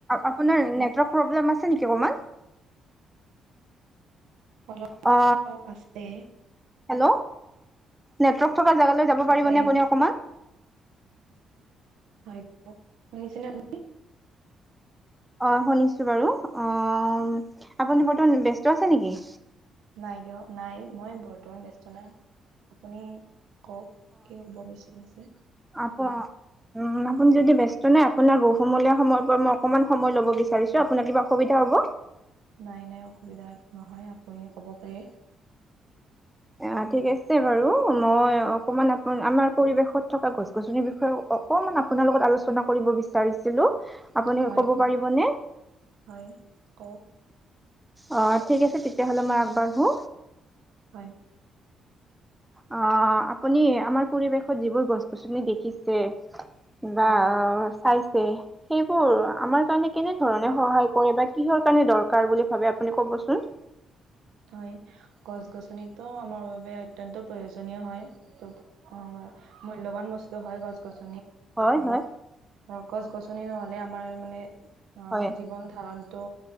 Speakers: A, in the centre; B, on the right.
A: আপোনাৰ নেটৰ্ব্ক প্ৰেম আছে নেকি অকমান
B: অলপ
A: অ
B: অলপ আছে।
A: হেল্ল', নেটৱৰ্ক থকা জেগালৈ যাব
B: হয়
A: পাৰিব নে আপুনি অকমান
B: হয়, শুনিচিন নে আপুনি
A: অ, শুনিছো বাৰু অ আপুনি বৰ্তমান ব্যস্ত আছে নেকি?
B: নাই কিয় নাই মই বৰ্তমান ব্যস্ত নাই আপুনি কওক কি কব বিচাৰিছে?
A: অ, উম আপোনি যদি ব্যস্ত নে, আপোনাৰ বহুমূলীয়া সময় পৰা মই অকনমান সময় ল'ব বিচাৰিছো আপোনাৰ কিবা অসুবিধা হ'ব?
B: নাই-নাই অসুবিধা নহয় আপুনি কব পাৰে।
A: অ, ঠিক আছে বাৰু, মই অকমান আপ আমাৰ পৰিৱেশত থকা গছ গছনিৰ বিষয়ে অকমান আপোনাৰ লগত আলোচনা কৰিব বিচাৰিছিলো। আপুনি
B: হয়
A: ক'ব
B: কওক
A: পাৰিবনে?
B: হয় কওক
A: অ, ঠিক আছে। তেতিয়াহ'লে মই আগবাঢ়ো।
B: হয়,
A: অ, আপুনি আমাৰ পৰিৱেশত যিবোৰ গছ গছনি দেখিছে বা
B: হয়
A: চাইছে সেইবোৰ আমাৰ <unintelligible> কেনে ধৰণে সহায় কৰে বা কিহৰ কাৰণে দৰকাৰ বুলি ভাবে আপুনি কবচোন?
B: হয়, গছ গছনিতটো আমাৰ বাবে অত্য়ন্ত প্ৰয়োজনীয় হয়। অ বাৰু মূল্যবান বস্তু হয় গছ গছ
A: হয়-হয়।
B: আৰু গছ গছনি নহলে আমাৰ মানে অ
A: হয়
B: জীৱন ধাৰণতটো